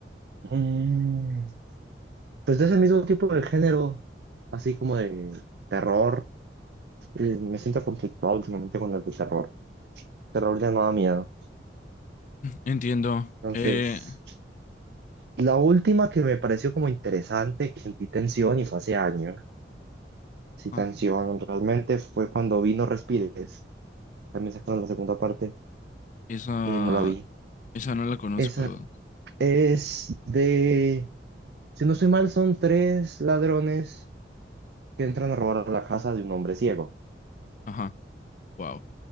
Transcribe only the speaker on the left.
Entiendo.
Eh,
ah,
esa,
esa no la conozco.
Ajá, wow.